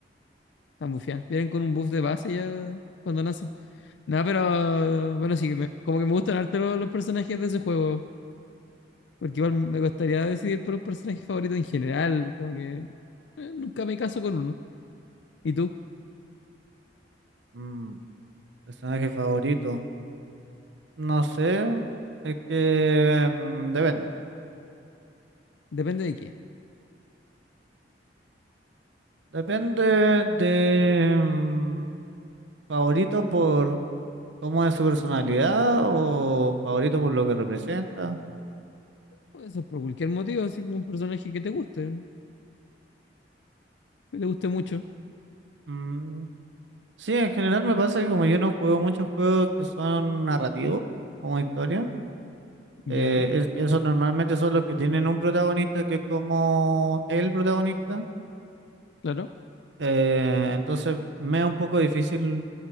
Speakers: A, on the left; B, on the right.
A: Están bufiadas. Vienen con un buff de base ya cuando nacen. Nada, pero bueno, sí, me- como que me gustan harto los los personajes de ese juego. Porque igual
B: Ya.
A: me gustaría decidir por un personaje favorito en general, como que eh, nunca me caso con uno. ¿Y tú?
B: Mm, personaje favorito. No sé, es que mm, depende.
A: Depende de qué.
B: Depende de mm, favorito por ¿Cómo es su personalidad o favorito por lo que representa?
A: Puede ser por cualquier motivo, así como un personaje que te guste, que te guste mucho.
B: Mm, sí, en general me pasa que como yo no juego muchos juegos que son narrativos, como historia,
A: Ya,
B: eh, es que esos normalmente son los que tienen un protagonista que es como el protagonista,
A: claro.
B: eh, entonces me es un poco difícil,